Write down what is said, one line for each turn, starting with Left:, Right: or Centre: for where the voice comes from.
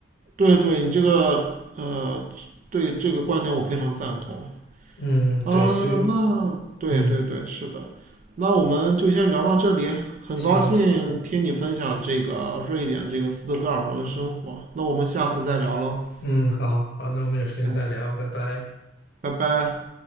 Right: 对对，你这个呃，对这个观点我非常赞同。
Left: 嗯，
Right: 啊，
Left: 对，所以我
Right: 那对对对，
Left: 嗯，
Right: 是的，那我们就先聊到这里。很高兴听你分享这个瑞典这个斯德哥尔摩的生活，
Left: 行，
Right: 那我们下次再聊喽。
Left: 嗯，好好，那我们有时间再聊，
Right: 嗯，
Left: 拜拜。
Right: 拜拜。